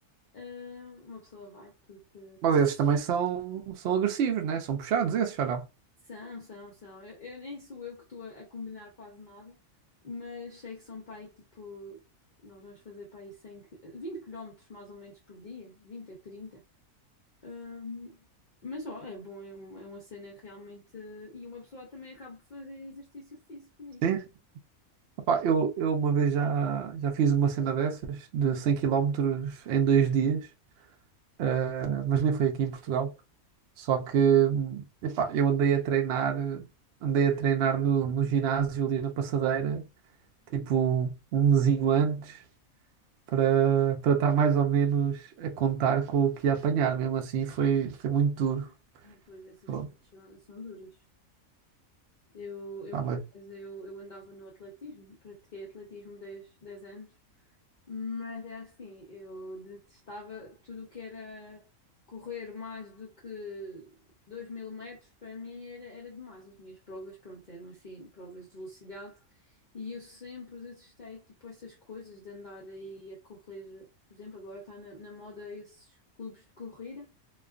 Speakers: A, on the left; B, on the right.
A: eh, uma pessoa vai, porque
B: Mas esses também são, são agressivos, né? São puxados esses, ou não?
A: são, são, são. Eu, eu nem sou eu que estou a, a combinar quase nada, mas sei que são para aí tipo. Nós vamos fazer para aí 100, qui- 20 quilómetros mais ou menos por dia, 20 a 30. Hum, mas ó, é bom, é, um- é uma cena realmente. E uma pessoa também acaba por fazer exercício físico nisso.
B: Sim, Opá, eu, eu uma vez já, já fiz uma cena dessas, de 100 quilómetros em dois dias, eh, mas nem foi aqui em Portugal. Só que, hum, epá, eu andei a treinar, andei a treinar no, no ginásio ali na passadeira, tipo um mesinho antes, para para estar mais ou menos a contar com o que ia apanhar. Mesmo assim, foi, foi muito duro.
A: Ah, pois essas
B: Pronto.
A: coisas são, são duras. Eu, eu,
B: Pá,
A: por
B: mas
A: acaso, eu, eu andava no atletismo, pratiquei atletismo dez dez anos Mas é assim, eu detestava tudo o que era correr mais do que dois mil metros, para mim era, era demais. As minhas provas, pronto, eram assim, provas de velocidade, e eu sempre detestei, tipo, essas coisas de andar aí a correr. Por exemplo, agora está na, na moda esses clubes de corrida,